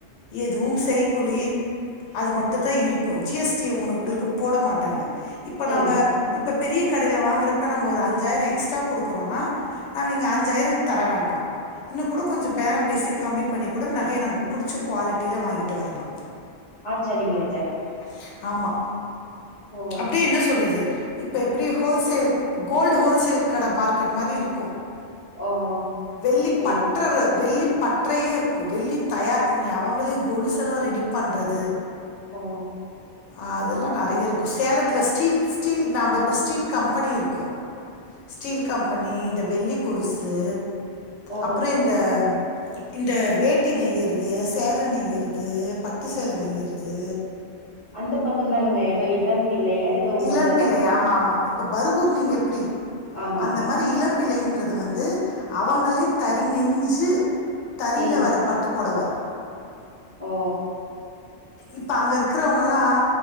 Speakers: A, on the left; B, on the left.
A: எதுவும் செய்கூலி அது மட்டும் தான் இருக்கும் ஜிஎஸ்டி உங்கங்களுக்கு போட மாட்டாங்க இப்ப
B: ம்
A: நம்ம இப்ப இப்போ பெரிய கடையில் வாங்கிறப்ப நம்ம ஒரு அஞ்சாயிரம் எக்ஸ்ட்ரா கொடுக்குறோம்னா நம்ம இங்கே அஞ்சாயிரம் தர வேண்டாம் இன்னும் கூட கொஞ்சம் பேரம் பேசி கம்மி பண்ணி கூட நகையை நம்ப புடிச்சு குவாலிட்டியில வாங்கிட்டு வரலா
B: ஆச்சாரிங்க
A: ஆஹ்
B: கிட்ட
A: சரிங்க ஆமா
B: ஓ
A: அப்டியே என்ன சொல்றது இப்ப எப்டி ஹோல்சேல்க் கோல்டு ஹோல்சேல் கட மார்க்கெட் மாரி இருக்கும்
B: ஓ
A: வெள்ளி
B: புரியுதுங்
A: பற்ற வெள்ளி பற்றையே இருக்கு வெள்ளி தயார் பண்ணி அவுங்களே கொலுசல்லா ரெடி பண்றது
B: ஓ
A: <unintelligible> அதெல்லா நறைய இருக்கு சேலத்துல ஸ்டீல்-ஸ்டீல் நம்ம இப்போ ஸ்டீல் கம்பெனி இருக்கும் ஸ்டீல் கம்பெனி இந்த வெள்ளி கொலுசு
B: ஓ
A: அப்றம் இந்த இந்த வேட்டி நையிறது சேல நெய்யிறது பட்டு சேல நெய்யிறது
B: அந்த பக்கந்தானுங்க ஏதோ இளம் பிள்ளையா ஏதோ ஊரெல்லா
A: இளம்பிள்ளை ஆமா ஆமா இப்ப பருகூர் நீங்க எப்டி
B: ஆமாங்க
A: அந்த மாரி இளம்பிள்ளின் து வந்து அவங்களே தறி நெஞ்சு தறில
B: ம்
A: வர பட்டு புடவை
B: ஓ
A: இப்ப அங்க இருக்கிறவங்கல்லாம்